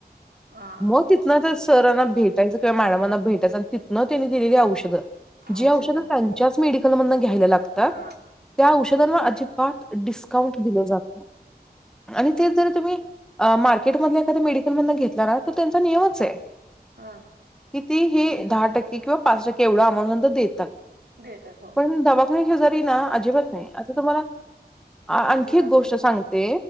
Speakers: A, on the right; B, in the centre.
A: हा
B: मग तिथंन त्या सरांना भेटायचं किंवा मॅडमांना भेटायचं आणि तिथनं त्यांनी दिलेली औ षधं जी
A: औषध
B: औषधं त्यांच्याच मेडिकल मधनं घ्यायला लागतात
A: हा
B: त्या औषधांवर अजिबात डिस्काउंट दिलं जात आणि तेच जर तुम्ही अ मार्केटमधल्या एखाद्या मेडिकल मधनं घेतला ना तर त्यांचा नियमच आहे.
A: हा
B: किती हे दहा टक्के किंवा पाच टक्के एवढ्या अमाऊंट पर्यंत देतात.
A: देतात हो.
B: पण दवाखान्या शेजारी ना अजिबात नाही आता तुम्हाला आणखी
A: अजिबात
B: एक गोष्ट
A: देतात
B: सांगते